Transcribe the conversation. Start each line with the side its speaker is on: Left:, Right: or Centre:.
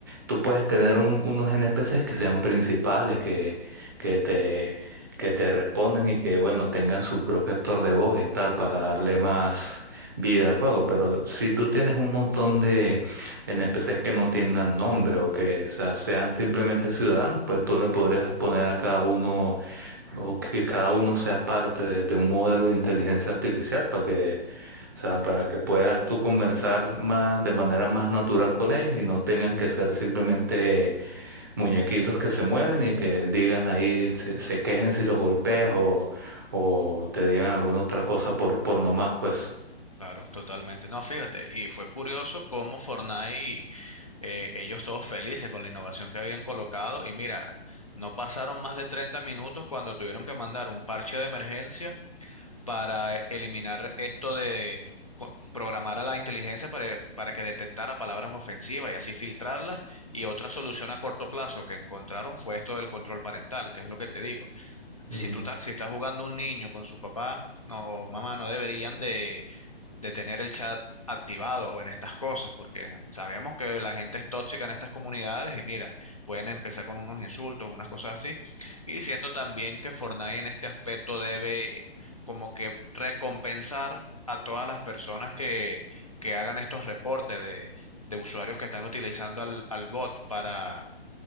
Right: tú puedes tener un- unos n p NPCs que sean principales, que, que te que te respondan y que, bueno, tengan su propio actor de voz y tal para darle más vida al juego. Pero si tú tienes un montón de NPCs que no tengan nombre o que, o sea, sean simplemente ciudadanos, pues tú le podrías poner a cada uno o que cada uno sea parte de, de un modelo de inteligencia artificial para que, o sea, para que puedas tú conversar más de manera más natural con ellos y no tengan que ser simplemente muñequitos que se mueven y que digan ahí, se, se quejen si los golpeas o, o te digan alguna otra cosa por, por nomás, pues.
Left: Claro, totalmente. No, fíjate, y fue curioso cómo Fortnite eh, ellos todos felices con la innovación que habían colocado y mira, no pasaron más de 30 minutos cuando tuvieron que mandar un parche de emergencia para eliminar esto de co- programar a la inteligencia para, para que detectara palabras ofensivas y así filtrarlas. Y otra solución a corto plazo que encontraron fue esto del control parental, que es lo que te digo. Si
Right: Mm,
Left: tú ta- si estás jugando un niño con su papá no, o mamá, no deberían de de tener el chat activado o en estas cosas, porque sabemos que la gente es tóxica en estas comunidades y mira, pueden empezar con unos insultos, unas cosas así. Y siento también que Fortnite en este aspecto debe como que recompensar a todas las personas que, que hagan estos reportes de, de usuarios que están utilizando al, al bot para,